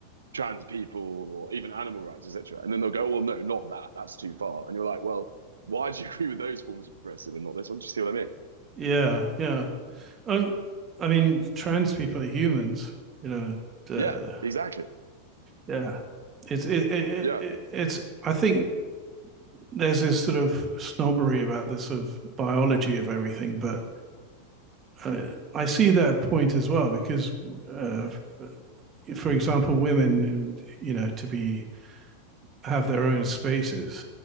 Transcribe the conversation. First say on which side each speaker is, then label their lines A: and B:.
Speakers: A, on the right; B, on the right.
A: trans people or even animal rights, etc. And then they'll go, well, no, not that. That's too far. And you're like, well, why do you <laughs> agree with those forms of progressive and not this one? Do you see what I mean?
B: yeah, yeah. Um, I mean, trans people are humans. You know, uh,
A: Yeah, exactly.
B: yeah. It's it, it,
A: Yeah.
B: it, it's. I think there's this sort of snobbery about this sort of biology of everything, but uh, I see that point as well because, uh, for example, women, you know, to be have their own spaces,